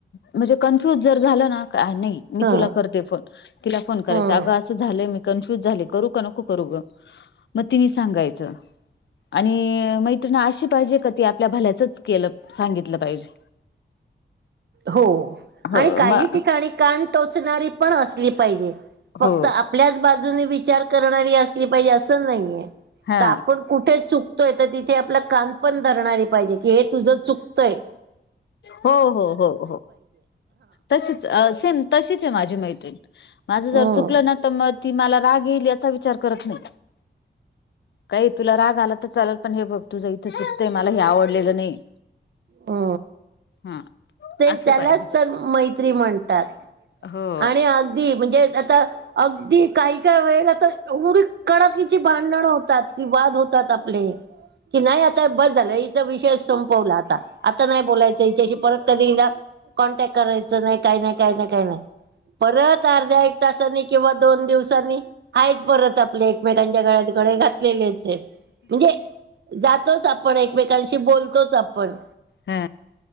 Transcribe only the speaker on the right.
ह
ह
हो
आणि काही
ठिकाणी कान टोचणारी पण असली पाहिजे फक्त
आपल्याच बाजूने विचार करणारी असली पाहिजे आसं नाही हाय,
तर आपण कुठे तिथे आपल्या कान पण धरणारी पाहिजे की हे तुझं चुकतय.
हम्म
हो
ते
त्यालाच
तर मैत्री म्हणतात.
आणि अगदी म्हणजे आता अगदी काही काय वेळेला आता एवढी कडाकीची भांडण होतात की, वाद होतात आपले. कि नाही आता बस झालं इथं विषयच संपवला आता. आता नाही बोलायचं हिच्याशी परत कधी हिला कॉन्टॅक्ट करायचं नाही, काय नाही, काय नाही काय नाही. परत अर्ध्या, एक तासानी किंवा दोन दिवसांनी आहेच परत आपल्या एकमेकांच्या गळ्यात गळे घातलेले आहेत. हेत म्हणजे जातोच आपण, एकमेकांशी बोलतोच आपण